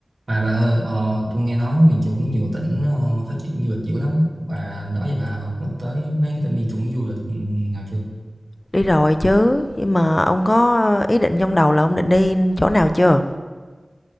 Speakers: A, on the right (about 75°); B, on the left (about 40°).
A: Mà bà ơi, ờ, tôi nghe nói miền Trung có nhiều tỉnh ờ, phát triển du lịch dữ lắm. Bà đó giờ bà nhắc tới mấy cái tỉnh miền Trung du lịch nào chưa?
B: Đi rồi chứ, nhưng mà ông có ờ, ý định trong đầu là ông định đi chỗ nào chưa?